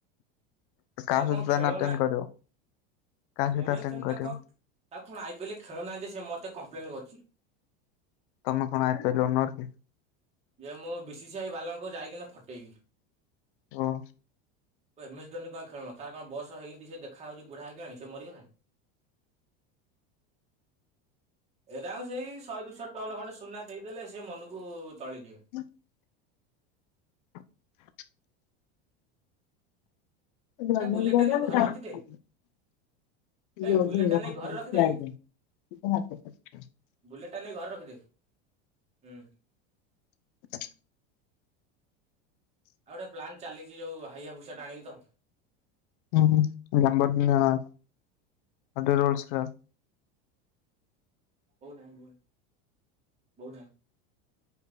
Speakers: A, on the left; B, on the right.
A: କାହା
B: ତାକୁ
A: ସହିତ
B: କଁ
A: ତାନେ
B: ଖେଳ
A: ଆଟେଣ୍ଡ
B: ନା,
A: କରିବ କାହା ସହିତ
B: ଏମ୍
A: ଆଟେଣ୍ଡ
B: ଏସ୍ ଧୋନି
A: କରିବ
B: ତାକୁ କଁ ଆଉ କଣ ଆଇ ପି ଏଲ୍ ରେ ଖେଳଉ ନାହାଁନ୍ତି? ସେ ମୋତେ କମ୍ପ୍ଲେନ୍ କରିଛି।
A: ତମେ କଣ ଆଇ ପି ଏଲ୍ ଓନର୍ କି?
B: ଏ ମୁଁ ବି ସି ସି ଆଇ ବାଲାଙ୍କୁ ଯାଇକିନା ଫଟେଇବି।
A: ଓଁ।
B: ଏମ୍ ଏସ୍ ଧୋନି କୁ କାଇଁ ଖେଳଉନ? ତାର କଣ ବୟସ ହେଇଁତି ସେ ଦେଖାହାଉଛି ବୁଢ଼ା ହେଇଗଲାଣି, ସେ ମରିଗଲାଣି। ଏଟାଙ୍କୁ ସେଇ ଶହେ, ଦୁଇଶହ ଟନ୍ ଖଣ୍ଡେ ସୁନା ଦେଇଦେଲେ, ସେ ମନକୁ ତଳିଯିବେ।
A: <unintelligible> <inaudible> <unintelligible>
B: ଆରେ ବୁଲେଟ ଟା ନେଇ ଘରେ ରଖିଦେ
A: <unintelligible>
B: ଏ ବୁଲେଟ ଟା ନେଇ ଘରେ ରଖିଦେ ବୁଲେଟା ନେଇ ଘରେ ରଖିଦେ ହୁଁ।
A: <inaudible>
B: ଆଉ ଗୋଟେ ପ୍ଲାନ୍ ଚାଲିଛି ଯୋଉ ହାଇବା ଭୁଷାଟେ ଆଣିବି ତ।
A: ହୁଁ ନମ୍ବର୍ ଦିନ ଆଉ ଗୋଟେ ରୋଲ୍ସ କ୍ରା।
B: ବୋଉ ନାହିଁ ବୋଉ ନାହିଁ ବୋଉ ନାହିଁ।